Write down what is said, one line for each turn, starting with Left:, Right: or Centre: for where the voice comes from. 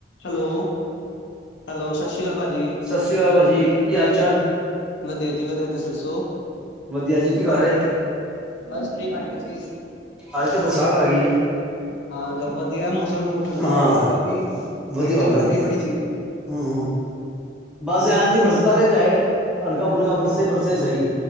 Left: ਹੈਲੋ, ਹੈਲੋ ਸਤਿ ਸ਼੍ਰੀ ਅਕਾਲ ਭਾਜੀ।
Centre: ਸਤਿ ਸ਼੍ਰੀ ਅਕਾਲ ਜੀ ਕੀ ਹਾਲ ਚਾਲ?
Left: ਵਧੀਆ ਜੀ ਵਧੀਆ ਤੁਸੀਂ ਦੱਸੋ?
Centre: ਵਧੀਆ ਜੀ ਕੀ ਕਰ ਰਹੇ
Left: ਬਸ ਫਰੀ ਬੈਠੇ ਸੀ
Centre: ਅੱਜ ਤਾਂ ਬਰਸਾਤ ਆ ਗਈ।
Left: ਹਾਂ, ਚੱਲ ਵਧੀਆ ਮੌਸਮ ਠੰਡਾ
Centre: ਹਾਂ
Left: ਹੋ ਗਿਆ ਕਾਫ਼ੀ
Centre: ਵਧੀਆ
Left: ਨਹੀਂ ਤਾਂ
Centre: ਹੋ ਗਿਆ
Left: ਗਰਮੀ
Centre: ਹੁਣ ਤੇ
Left: ਬੜੀ ਸੀ।
Centre: ਹੂੰ ਹੂੰ, ਬਸ ਇੰਜ ਈ ਬਰਸਦਾ ਰਹੇ ਚਾਹੇ ਹਲਕਾ ਫੁਲਕਾ ਬਰਸੇ ਬਰਸੇ ਸਹੀ।